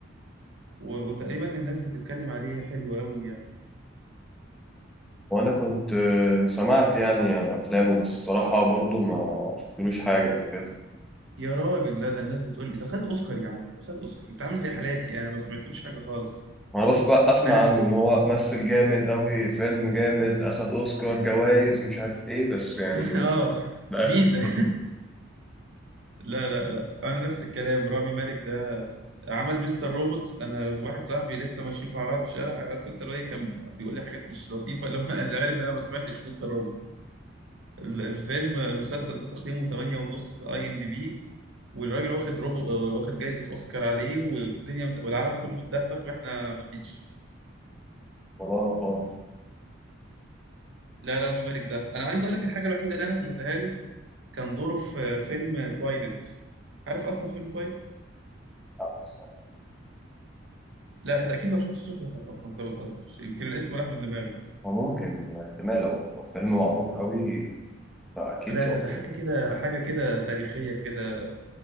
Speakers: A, on the right; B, in the centre.
A: و... وتقريبا الناس بتتكلم عليه حلو قوي يعني
B: وانا كنت آه، سمعت يعني عن افلامه بس الصراحه برضو ما شفتلوش حاجه قبل كده
A: يا راجل لا ده الناس بتقول ايه ده خد اوسكار يا عم ده خد اوسكار انت عامل زي حالاتي انا ما سمعتلوش حاجة خالص
B: انا بس بقى اسمع
A: انا
B: عنه ان هو مثل جامد قوي فيلم جامد اخد اوسكار جوائز مش عارف ايه بس يعني
A: <laughs> اه
B: ده
A: مين
B: اخر
A: ده
B: <laughs>
A: <laughs> لا لا لا انا نفس الكلام رامي مالك ده عمل مستر روبوت انا واحد صاحبي لسه ماشيين مع بعض في الشارع عارف انت اللي هو إيه، كان بيقول لي حاجات مش لطيفه لما <laughs> اللي عارف إن انا ما سمعتش مستر روبوت ال- الفيلم المسلسل ده تقييمه 8 ونص اي ام دي بي والراجل واخد روبو واخد جايزه اوسكار عليه والدنيا مد... والعالم كله متدغدغ واحنا مفيش
B: والله انا خالص
A: لا لا رامي مالك ده انا عايز اقول لك الحاجه الوحيده اللي انا سمعتها له كان دوره في فيلم تويلت عارف اصلا فيلم
B: آه، الصراحة.
A: لا انت اكيد لو شفت الصورة هتعرف انت بتهزر يمكن الاسم راح من دماغي
B: وممكن احتمال لو فيلم معروف قوي فاكيد
A: لا
B: شفته
A: لا ده حاجة كده حاجة كده تاريخية كده